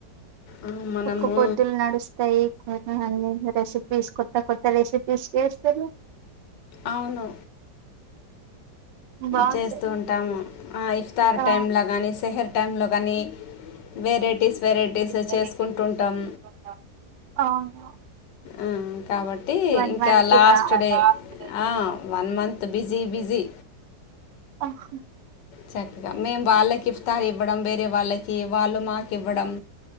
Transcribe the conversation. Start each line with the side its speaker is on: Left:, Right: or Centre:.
Left: ఆ, మనము
Right: ఒక్క పొద్దులు నడుస్తాయ్ కో ఆహ్ అన్ని రెసిపీస్ కొత్త కొత్త రెసిపీస్ చేస్తరు
Left: అవును
Right: బాగుంటాయి
Left: చేస్తుంటాము. ఆ ఇఫ్తార్
Right: ఆ
Left: టైంల్ల గానీ సెహర్ టైంలో గానీ. వెరైటీస్ వెరైటీస్
Right: వెరైటీస్
Left: చేసుకుంటూంటాం
Right: చేసుకుంటుంటాం అవును
Left: ఆ కాబట్టి
Right: వన్
Left: ఇంకా
Right: మంత్
Left: లాస్ట్
Right: గా
Left: డే
Right: లాస్ట్ డే
Left: ఆ వన్ మంత్ బిజీ బిజీ
Right: ఆ హు
Left: చక్కగా మేము వాళ్ళకి ఇఫ్తారు ఇవ్వడం వేరే వాళ్ళకి వాళ్ళు మాకు ఇవ్వడం